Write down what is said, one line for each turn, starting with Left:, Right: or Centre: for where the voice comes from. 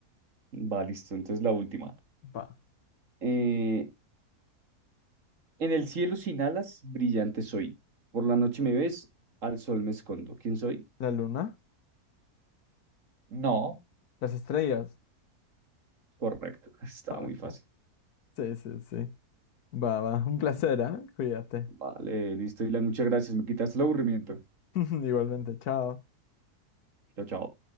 Right: Va, listo, entonces la última.
Left: Va.
Right: Eh, en el cielo sin alas, brillante soy. Por la noche me ves, al sol me escondo. ¿Quién soy?
Left: ¿La luna?
Right: No.
Left: ¿Las estrellas? <laughs>
Right: Correcto, <laughs> está
Left: Ok.
Right: muy fácil.
Left: Sí, sí, sí. Va, va, un placer, ¿eh? Cuídate.
Right: Vale, listo, Dylan, muchas gracias, me quitaste el aburrimiento.
Left: <laughs> Igualmente, chao.
Right: Chao, chao.